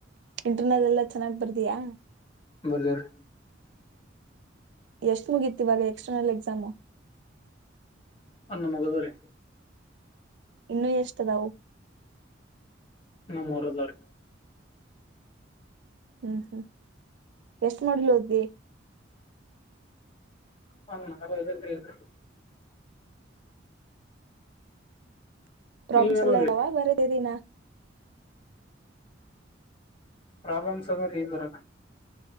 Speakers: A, on the right; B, on the left.
A: ಇಂಟರ್ನಲ್ ಎಲ್ಲಾ ಚೆನ್ನಾಗ್ ಬರ್ದಯಾ
B: ಬರ್ದರ್
A: ಎಷ್ಟ್ ಮುಗೀತಿ ಇವಾಗ ಎಕ್ಸ್ಟರ್ನಲ್ ಎಕ್ಸಾಮು
B: ಒಂದ ಮುಗದಡ್ರಿ
A: ಇನ್ನೂ ಎಷ್ಟದಾವು
B: ನ ಮೂರು ಆದವರಿ
A: ಹ್ಮ್ ಹ್ಮ್ ಎಷ್ಟ ಮಾಡ್ಲು ಹದ್ದಿ
B: ಹಲ್ರಿ ಅ <unintelligible>
A: ಪ್ರಾಬ್ಲಮ್ಸ್
B: ನೀವೇನು
A: ಎಲ್ಲಾ
B: ಓದಿರಿ
A: ಇದಾವ ಬರದ ದೀಿನ
B: ಪ್ರಾಬ್ಲಮ್ಸ್ ಅದ್ರ ಈ ತರ